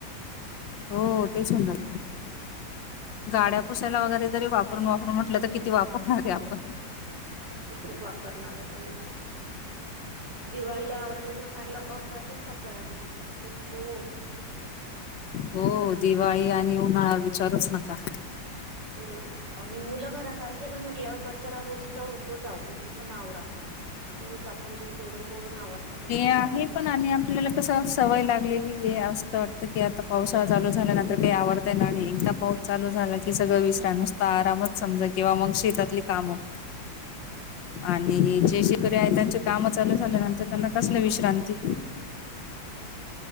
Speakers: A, on the left; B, on the right.
A: हो, ते सुंदर! गाड्या
B: हं, हं.
A: पुसायला वगैरे जरी वापर- ून वापरून म्हटलं तर किती वापरणार आहे आपण?
B: किती वापरणार आहे तेच? दिवाळीला आवरायला जर काढलं अप्रतिम पसारा नि कोको.
A: हो, दिवाळी आणि उन्हाळा विचारुच नका.
B: हो आणि मुलं घरात असले का म्हटल्यावर पसारा रोजचा होतोच आहो किती पण आवरा. रोज आपण जीव तोडून तोडून आवरतो पण मुलं
A: आहे
B: काय
A: पण आणि आपल्याला कसं सवय लागलेली आहे असं. आता वाटतं की आता पावसाळा चालू झाल्यानंतर काही आवरता येणार नाही. एकदा पाऊस चालू झाला की सगळं विसराय नुसता. आरामच समजा किंवा मग शेतातली कामं. आणि जे शकरी आहे त्यांचे काम चालू झाल्यानंतर- त्यांना कसलं विश्रांती?